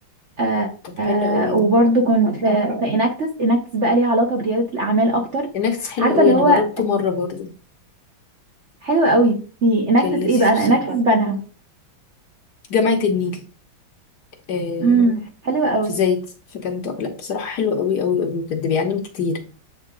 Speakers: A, on the right; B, on the left.
A: آه
B: طب حلو
A: آه
B: قوي
A: وبرضه
B: ده
A: كنت في في اناكتس اناكتس بقى ليها علاقه برياده الاعمال اكتر
B: النكس حلو
A: عارفه
B: قوي
A: اللي
B: أنا
A: هو
B: جربته مرة برضه
A: حلو قوي في اناكتس
B: كان لذيذ
A: ايه بقى
B: بصراحة
A: انا اناكتس بنها
B: جامعة النيل آه
A: امم حلو قوي
B: في زايد فكان لا بصراحة حلو قوي قوي قوي بجد بيعلم كتير